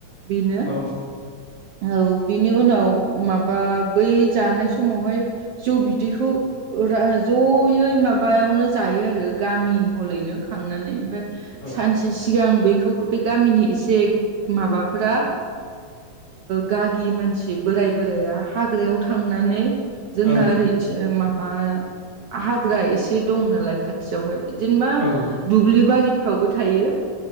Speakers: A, on the right; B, on the left.
A: बेनो।
B: औ
A: औ बिनि उनाव माबा बै जानाय समावहाय जौ बिदैखौ जयै माबायावनो जायो आरो। गामि हलैनो खांनानै ओमफ्राय
B: औ
A: सानसे सिगां बैखौ बे गामिनि एसे माबाफोरा गागि मानसि बोराय बोराइया हाग्रायाव थांनानै जोंना
B: औ नोंथां
A: ओरैथिं माबा हाग्रा एसे दं नालाय खाथि यावहाय जेनेबा
B: औ अ
A: दुब्लि बारिफ्रावबो थायो।